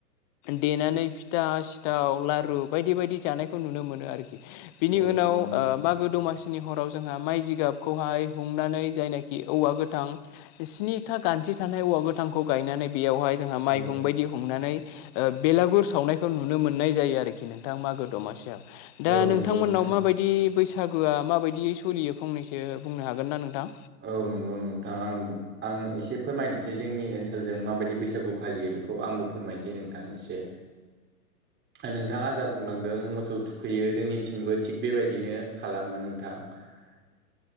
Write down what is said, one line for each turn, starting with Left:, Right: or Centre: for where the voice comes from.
Left: देनानै फिथा, सिथाव, लारु बायदि बायदि जानायखौ नुनो मोनो आरोखि। बिनि
Right: औ
Left: उनाव
Right: नंगौ
Left: ओ
Right: नोंथां
Left: मागो दमासिनि हराव जोंहा माइ जि गाबखौहाय हुंनानै जायनाखि औवा गोथां बिसिनि खोथा गान्थि थानाय औवा गोथांखौ गायनानै बेयावहाय जोंहा माइहुं
Right: औ
Left: बायदि हुंनानै ओ बेलागुर सावनायखौ नुनो मोननाय जायो आरोखि नोंथां मागो दमासियाव। दा
Right: औ
Left: नोंथांमोननाव
Right: नंगौ नोंथां
Left: माबायदि बैसागु बैसागोआ माबायदियै सलियो फंनैसो बुंनो हागोन ना नोंथां?
Right: औ नंगौ नोंथां आं बुं आङो एसे फोरमायनोसै जोंनि ओनसोलजों माबायदि बैसागु फालियो बेखौ आंबो फोरमायनोसै नोंथां एसे। नोंथाङा जा बुंलांदों मोसौ थुखैयो जोंनिथिंबो थिग बेबायदिनो खालामो नोंथां। <unintelligible>